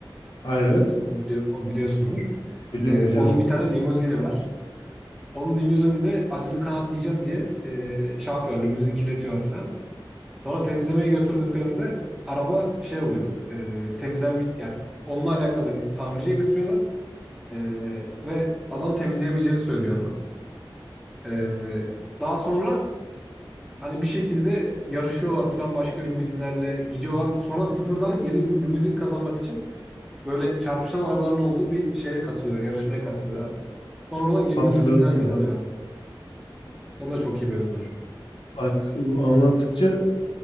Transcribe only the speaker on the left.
Ha, Evet.
Biliyorum
biliyorum.
Hatırladım
ya.
Bak anlattıkça